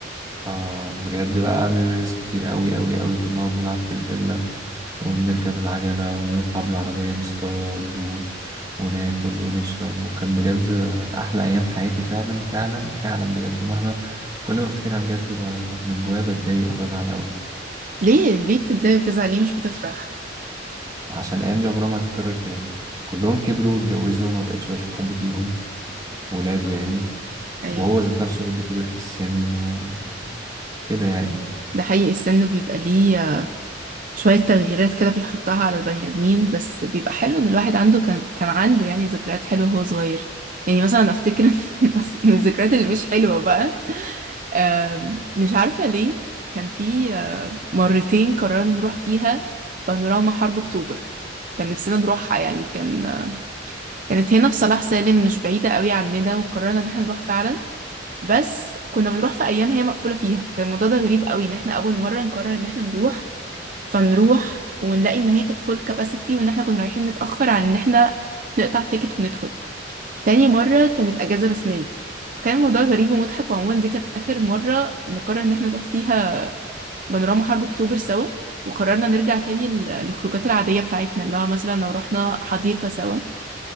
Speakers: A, on the right (about 20°); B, on the right (about 45°).
A: فبجد بقى ميموريز كتير قوي قوي قوي كنا نقعد نلعب في الفيلا ونركب العجلة ونطلع بالعربية نصطاد و... وناكل ونشرب وكان بجد أحلى أيام حياتي فعلا فعلا فعلا بجد ومهما كل ما أفتكرها بجد ب... من جوايا بتضايق وبزعل قوي
B: ليه ليه بتتضايق وتزعل ليه مش بتفرح؟
A: عشان الأيام دي عمرها ما هتتكرر تاني كلهم كبروا واتجوزوا وما بقتش بشوف حد فيهم ولاده يعني
B: ايوه
A: وهو ذات نفسه برضه كبر في السن وكده يعني
B: ده حقيقي السن بيبقى ليه شوية تغييرات كده بيحطها على البني آدمين بس بيبقى حلو إن الواحد عنده كان كان عنده يعني ذكريات حلوة وهو صغير يعني مثلا أفتكر <laughs> من الذكريات اللي مش حلوة بقى آم، مش عارفة ليه كان في آه، مرتين قررنا نروح فيها بانوراما حرب أكتوبر كان نفسنا نروحها يعني كان آه، كانت هنا في صلاح سالم مش بعيدة قوي عننا وقررنا إن احنا نروح فعلا بس كنا بنروح في أيام هي مقفولة فيها كان الموضوع ده غريب قوي إن احنا أول مرة نقرر إن احنا نروح فنروح ونلاقي ان هي كانت فول كاباسيتي وان احنا كنا رايحين متأخر عن ان احنا نقطع تيكت وندخل تاني مرة كانت اجازة رسمية كان الموضوع غريب ومضحك وعموما دي كانت آخر مرة نقرر إن احنا نروح فيها بانوراما حرب أكتوبر سوا وقررنا نرجع تاني ل- للخروجات العادية بتاعتنا اللي هو مثلا لو رحنا حديقة سوا